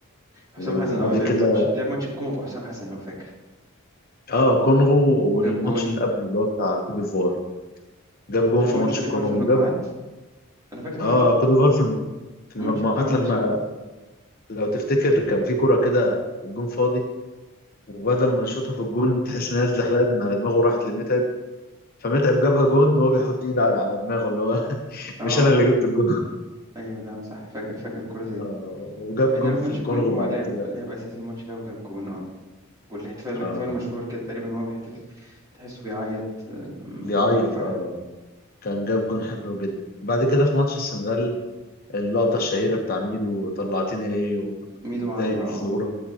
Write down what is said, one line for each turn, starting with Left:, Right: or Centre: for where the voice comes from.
Right: حسام
Left: وبعد
Right: حسن اه لعب
Left: كده
Right: ماتش لعب ماتش الكونغو حسام حسن لو فاكر
Left: اه كونغو
Right: وجاب
Left: والماتش
Right: جون
Left: اللي قبله اللي هو بتاع كوت ديفوار جاب جون
Right: لعب
Left: في
Right: ماتش
Left: ماتش
Right: كوت
Left: الكونغو
Right: ديفوار في المجموعات
Left: وجاب
Right: انا فاكر ماتش
Left: اه كوت ديفوار في في
Right: ماتش
Left: المجموعات
Right: الكونغو
Left: لما
Right: بصراحة
Left: لو تفتكر كان في كرة كده الجون فاضي وبدل ما يشوطها في الجون تحس انها اتزحلقت من على دماغه وراحت لمتعب فمتعب جابها جون وهو بيحط ايده على على دماغه اللي هو <laughs>
Right: اه
Left: مش انا اللي جبت الجون
Right: ايوه ده صح فاكر فاكر كورة زي دي
Left: آه وجاب
Right: انما
Left: جون
Right: في
Left: في
Right: ماتش
Left: الكونغو
Right: الكونغو هو
Left: بعد
Right: لعب
Left: كده
Right: لعب اساسي الماتش ده وجاب جون اه والاحتفال الاحتفال
Left: اه
Right: مشهور كده تقريبا هو بيحتفل تحسه بيعيط آه، من
Left: بيعيط
Right: كتر الفرحة
Left: اه كان جاب جون حلو جدا وبعد كده في ماتش السنغال اللقطة الشهيرة بتاع ميدو طلعتني ليه و-
Right: ميدو
Left: وبداية
Right: وعمرو اه
Left: ظهور